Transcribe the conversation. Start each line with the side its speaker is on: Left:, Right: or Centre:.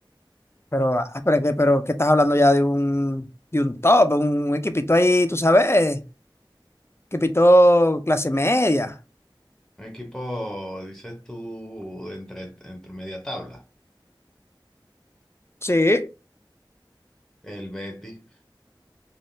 Left: Pero, ah, pero, es que- pero ¿qué estás hablando ya de un, de un top, un equipito ahí, tú sabes, equipito clase media.
Centre: Un equipo, dices tú, de entre, entre media tabla.
Left: Sí,
Centre: El Betis,